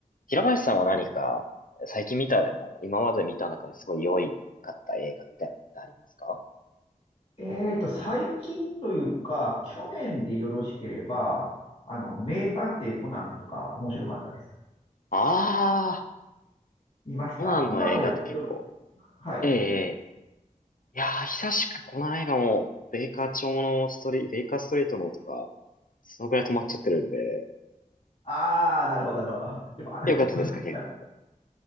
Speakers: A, on the left; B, on the left.
A: 平林さんは何か、最近見たでも、今まで見た中ですごい良いかった映画みたいなのってありますか
B: えーと、最近というか、去年でよろしければ、あの、名探偵コナンとか面白かったです。
A: あ
B: 見ました今もやってる。
A: あー、コナンの映画って結構。
B: はい。
A: ええ、ええいやー、久しくこの映画も、ベイカー町のストリ、ベイカーストリートのとか、そのぐらい止まっちゃってるんで、
B: あー、なるほど、なるほど。でも、あら、
A: よかったですか、
B: <laughs>
A: 結構。
B: な、